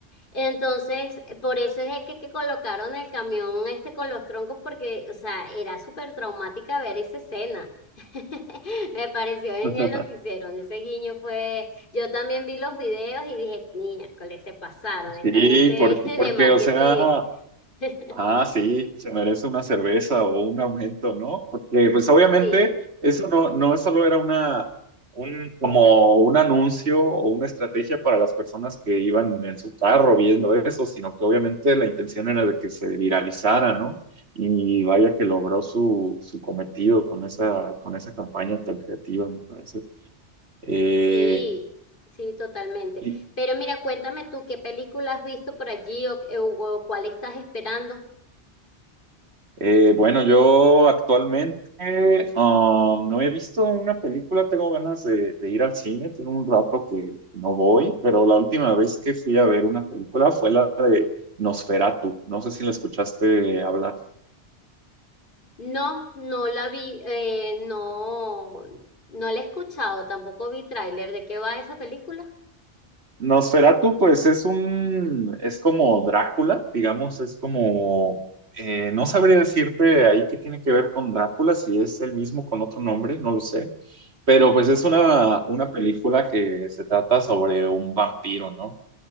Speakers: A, on the left; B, on the right.
A: Entonces, por eso es que, que colocaron el camión este con los troncos, porque, o sea, era súper traumática ver esa escena. <laughs> Me pareció genial
B: <laughs>
A: lo que hicieron. Ese guiño fue. Yo también vi los videos y dije, miércoles, se pasaron. Esta
B: Sí,
A: gente
B: porque,
A: <laughs> de
B: porque,
A: marketing.
B: o sea,
A: <laughs>
B: Ah, sí, se merece una cerveza o un aumento, ¿no? Porque pues obviamente
A: Sí,
B: eso no, no solo era una, un, como un anuncio o una estrategia para las personas que iban en su carro viendo eso, sino que obviamente la intención era de que se viralizara, ¿no? Y vaya que logró su, su cometido con esa, con esa campaña tan creativa, me parece. Eh,
A: sí, sí, totalmente.
B: y,
A: Pero mira, cuéntame tú, ¿qué película has visto por allí o, eh, o cuál estás esperando?
B: Eh, bueno, yo actualmente um, no he visto una película, tengo ganas de, de ir al cine, tengo un rato que no voy, pero la última vez que fui a ver una película fue la de Nosferatu, no sé si la escuchaste hablar.
A: No, no la vi, eh, no, no la he escuchado, tampoco vi tráiler. ¿De qué va esa película?
B: Nosferatu, pues es un, es como Drácula, digamos, es como, eh, no sabría decirte ahí qué tiene que ver con Drácula, si es el mismo con otro nombre, no lo sé, pero pues
A: Ok,
B: es una, una película que se trata sobre un vampiro, ¿no?